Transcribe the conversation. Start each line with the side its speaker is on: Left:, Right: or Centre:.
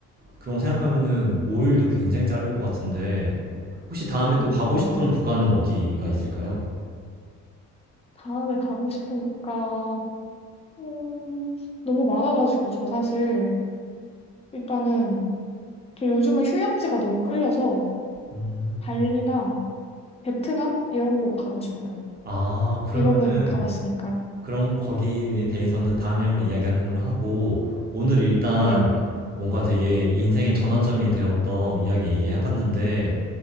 Right: 그런 거 생각하면은 5일도 굉장히 짧을 것 같은데, 혹시 다음에
Left: 음,
Right: 또 가고
Left: 맞아요.
Right: 싶은 네. 구간은 어디가 있을까요?
Left: 다음에 가고 싶은 국가, 음, 너무 많아가지고, 저 사실, 일단은, 저 요즘은 휴양지가 너무 끌려서
Right: 음.
Left: 발리나 베트남 이런 곳 가고 싶어요.
Right: 아, 그러면은
Left: 유럽은 가봤으니까.
Right: 그런 거기에 대해서는 다음에 한번 이야기하는 걸로 하고 오늘 일단
Left: 네.
Right: 뭔가 되게 인생의 전환점이 되었던 이야기 얘기해봤는데